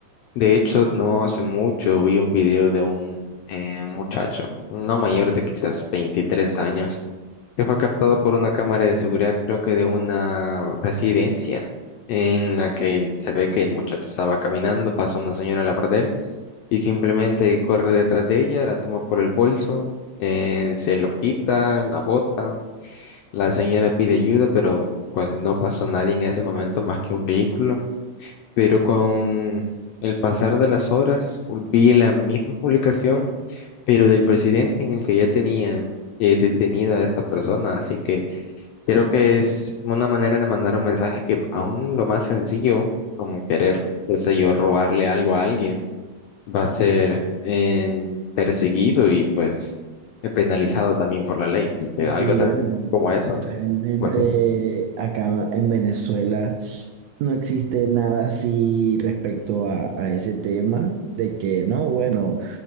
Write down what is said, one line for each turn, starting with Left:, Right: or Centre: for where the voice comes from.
Left: De hecho, no hace mucho vi un video de un eh, muchacho, no mayor de quizás 23 años, que fue captado por una cámara de seguridad, creo que de una residencia, en la que el- se ve que el muchacho estaba caminando, pasa una señora a la par de él y simplemente corre detrás de ella, la toma por el bolso, eh, se lo quita, la bota, la señora pide ayuda, pero pues no pasó nadie en ese momento más que un vehículo pero con el pasar de las horas vi la misma publicación, pero del presidente en el que ya tenían eh, detenida a esta persona. Así que creo que es una manera de mandar un mensaje que aún lo más sencillo, como querer, qué sé yo, robarle algo a alguien, va a ser eh, perseguido y pues eh, penalizado también por la ley. porque
Right: Y
Left: algo
Right: bueno,
Left: tan sencillo como eso.
Right: realmente
Left: pues
Right: acá en Venezuela no existe nada así respecto a, a ese tema de que no, bueno,